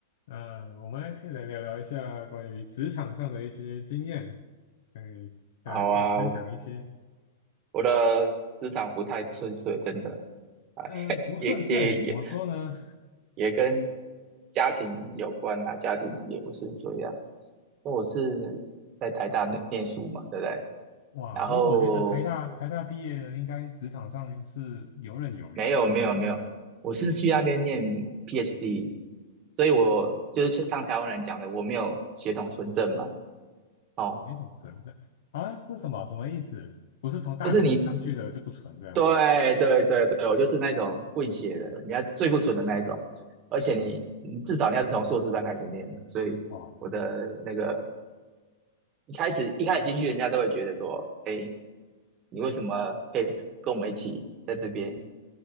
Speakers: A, on the left; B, on the right.
A: 呃，我们还可以来聊聊一下关于职场上的一些经验，可以大家可以分享一些。
B: 好啊，我我的职场不太顺遂，真的，哎，
A: 嗯、不顺遂怎么说呢？
B: <laughs> 也也也也跟家庭有关啊，家庭也不是这样。因为我是在台大念念书嘛，对不对？
A: 哇，
B: 然后
A: 因为我觉得台大台大毕业的应该职场上是游刃有余的，
B: 没有没有没有，我是去那边念 PhD，所以我就是像台湾人讲的，我没有血统纯正嘛。哦，
A: 没什么存在啊？为什么？什么意思？不是从大学上去的就不纯这样？
B: 就是你对对对对，我就是那种混血的，你要最不纯的那一种，而且你你至少你要从硕士班开始念嘛，所以我的那个
A: 哇，
B: 一开始一开始进去，人家都会觉得说，哎，你为什么可以跟我们一起在这边